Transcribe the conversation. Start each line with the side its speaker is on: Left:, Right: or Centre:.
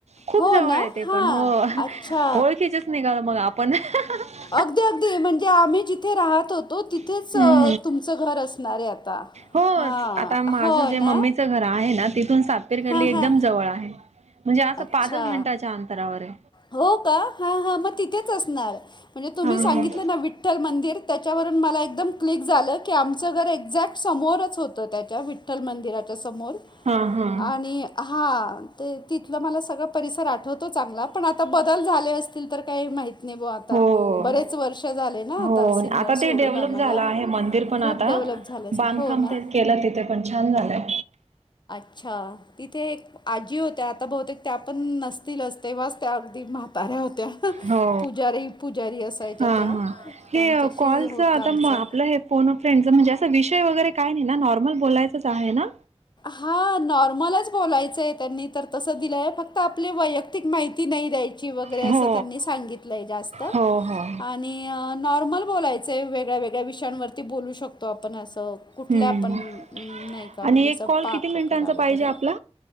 Right: खूप
Left: हो
Right: जवळ
Left: ना
Right: आहे ते
Left: हां
Right: पण, हो,
Left: अच्छा
Right: ओळखीचेच निघालो मग आपण. अहहह
Left: अगदी अगदी, म्हणजे आम्ही जिथे राहत होतो तिथे
Right: हम्म
Left: सो तुमचं घर असनारये आता.
Right: होच,
Left: हां
Right: आता माझं
Left: हो
Right: जे
Left: ना
Right: मम्मीचं घर आहे ना, तिथून सातपीर गल्ली
Left: हां
Right: एकदम
Left: हां
Right: जवळ आहे. म्हंजे असं
Left: अच्छा
Right: पाचच मिनटाच्या अंतरावर ये.
Left: हो का? ह ह, म तिथेच असणार म्हणजे तुम्ही
Right: हम्म
Left: सांगितलं ना विठ्ठल मंदिर त्याच्यावरून मला एकदम क्लिक झालं, की आमचं घर एक्झॅक्ट समोरच होतं त्याच्या, विठ् विठ्ठल मंदिराच्या समोर.
Right: हा हा हा
Left: आणि हा, ते तिथला मला सगळा परिसर आठवतो चांगला, पण आता बदल झाले अस तील तर काही माहि माहिती नि बो आता.
Right: हो
Left: बरेच वर्ष झाले ना.
Right: हो
Left: आता सिन्नर सोडून
Right: ते डेव्हलप
Left: आम्हाला
Right: झालं आहे मंदिर पण
Left: खूप
Right: आता,
Left: डेव्हलप झालं असेल.
Right: बांधकाम
Left: हो ना?
Right: ते केलं तिथे पण छान झालंय.
Left: अच्छा.. तिथे एक आजी होत्या, आता बहुतेक त्या पण नसतीलच, तेव्हाच त्या अगदी म्हाताऱ्या होत्या.
Right: हो
Left: पुजारी, पुजारी असयच्या
Right: हां
Left: त्या,
Right: हां
Left: त्यांच्याशी
Right: हे कॉलचं
Left: होता
Right: आता
Left: आमचं
Right: म आपलं हे फोन अ फ्रेंड म्हणजे असा विषय वगैरे काय नाही ना नॉर्मल बोलायचंच आहे ना?
Left: हा नॉर्मलच बोलायचंय, त्यांनी तर तसं दिलंय फक्त फक्त, आपली वैयक्तिक माहिती नाही द्यायची वगैरे,
Right: हो.
Left: असं त्यांनी सांगितलंय, जास्त आ
Right: हो हो
Left: आणि, नॉर्मल बोलायचंय, वेगळ्यावेगळ्या विषयांवरती बोलू शकतो आपण, असं कुठल्या
Right: हम्म
Left: पण नाही का, म्हणजे
Right: आणि एक
Left: असं,
Right: कॉल
Left: पाककला
Right: किती मिनिटांचा
Left: वगैरे?
Right: पाहिजे आपला?